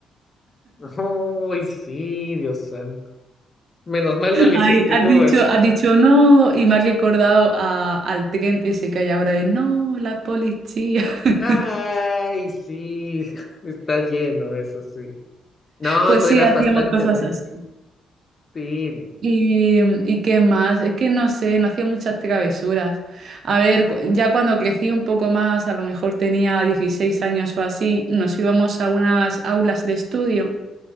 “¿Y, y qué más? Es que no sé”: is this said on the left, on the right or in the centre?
Right